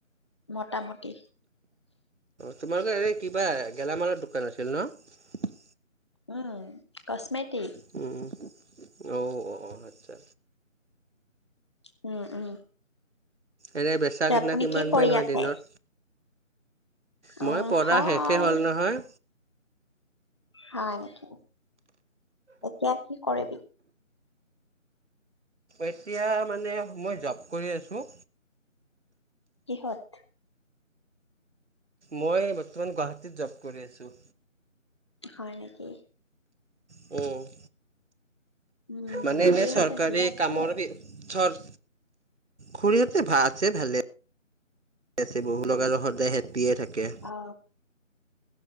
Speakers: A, on the left (about 20°); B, on the right (about 60°).
A: মোটামুটি
B: তোমালোকৰ এনে কিবা গেলামালৰ দোকান আছিল ন
A: উম কচমেটিক
B: উম অঁ অ আচ্ছা আচ্ছা
A: উম উম
B: এনে বেচা কিনা
A: আপুনি
B: কিমান
A: কি পঢ়ি
B: মেন হয়
A: আছে?
B: দিনত মই
A: উম
B: পঢ়া
A: হয়
B: শেষেই হ'ল নহয়
A: হয় নেকি এতিয়া কি কৰিবি
B: এতিয়া মানে মই জব কৰি আছোঁ
A: কিহত
B: মই বৰ্তমান গুৱাহাটীত জব কৰি আছোঁ
A: হয় নেকি
B: অ'
A: উম
B: মানে এনে
A: খুৰীহঁতে
B: চৰকাৰী
A: ভালে আছে
B: কামৰ চৰ খুৰিহঁতে আছে ভালেছে বহু লগা লগ হতিয়ে থাকে <unintelligible> থাকে
A: অ